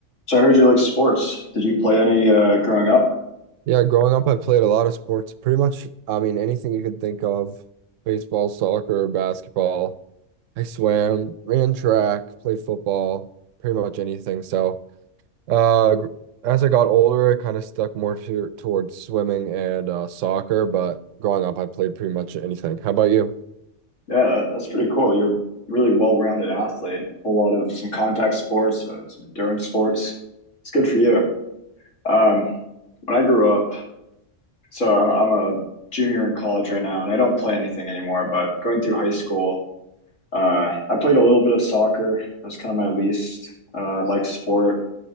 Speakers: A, on the left; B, on the right.
A: So I heard you like sports. Did you play any uh, growing up?
B: Yeah, growing up, I played a lot of sports. Pretty much, I mean, anything you could think of. Baseball, soccer, basketball. I swam, ran track, played football, pretty much anything. So, uh, gr- as I got older, I kind of stuck more to, towards swimming and uh, soccer, but growing up, I played pretty much anything. How about you?
A: Yeah, that- that's pretty cool. You're a really well-rounded athlete. A whole lot of some contact sports, uh, some endurance sports. It's good for you. Um, when I grew up, so I'm, I'm a junior in college right now, and I don't play anything anymore. But going through high school, uh, I played a little bit of soccer. That was kind of my least uh, like sport.